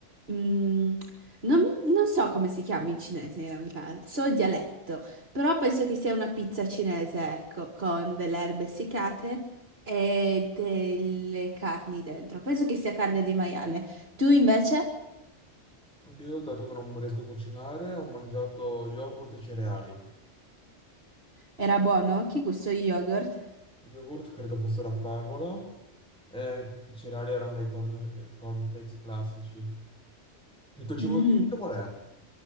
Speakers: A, on the right (about 55°); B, in the centre.
A: mm, non, non so come si chiama in cinese in realtà, so il dialetto, però penso che sia una pizza cinese, ecco, con delle erbe essiccate e delle carni dentro. Penso che sia carne di maiale. Tu invece?
B: Io, dato che non riesco a cucinare, ho mangiato yogurt e cereali.
A: Era buono? Che gusto yogurt?
B: Yogurt credo fosse la fragola e i cereali erano dei corn- eh, cornflakes classici. Il tuo cibo
A: Mm,
B: preferito qual